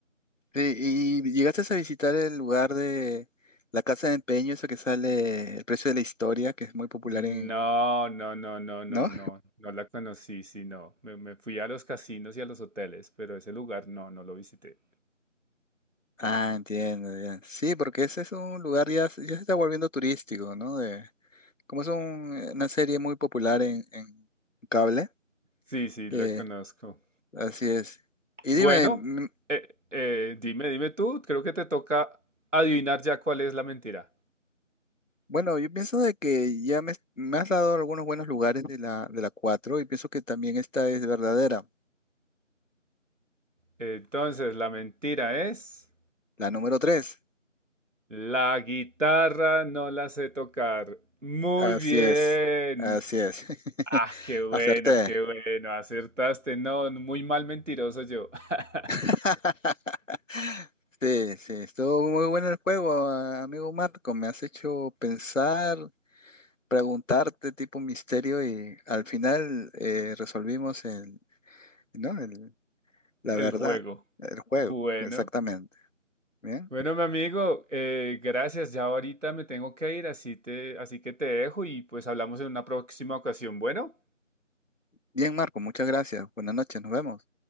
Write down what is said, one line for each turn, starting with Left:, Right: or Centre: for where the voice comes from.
Left: Sí, ¿Y llegaste a visitar el lugar de la casa de empeño, eso que sale El precio de la historia, que es muy popular
Right: No,
Left: en...
Right: no, no, no, no,
Left: ¿No?
Right: no, no la conocí, sino me, me fui a los casinos y a los hoteles, pero ese lugar no, no lo visité.
Left: Ah, entiendo, ya. Sí, porque ese es un lugar ya, se- ya se está volviendo turístico, ¿no? De, como es un- eh, una serie muy popular en, en cable,
Right: Sí, sí, la
Left: eh,
Right: conozco.
Left: así es. Y
Right: Bueno,
Left: dime, mm,
Right: eh, eh, dime, dime tú, creo que te toca adivinar ya cuál es la mentira.
Left: bueno, yo pienso de que ya me, me has dado algunos buenos lugares de la, de la 4 y pienso que también esta es verdadera,
Right: Entonces, la mentira es,
Left: la número 3.
Right: la guitarra no la sé tocar. Muy
Left: Así
Right: bien.
Left: es, así es. <laughs>
Right: Ah, qué bueno,
Left: Acerté.
Right: qué bueno, acertaste. No, muy mal mentiroso yo. <laughs>
Left: <laughs> Sí, sí, estuvo muy bueno el juego, a- amigo Marco. Me has hecho pensar, preguntarte tipo misterio y al final eh, resolvimos el, ¿no? El, la
Right: El
Left: verdad,
Right: juego.
Left: el juego,
Right: Bueno,
Left: exactamente. Bien,
Right: bueno, mi amigo, eh, gracias. Ya ahorita me tengo que ir, así te, así que te dejo y pues hablamos en una próxima ocasión. Bueno.
Left: bien, Marco, muchas gracias. Buenas noches, nos vemos.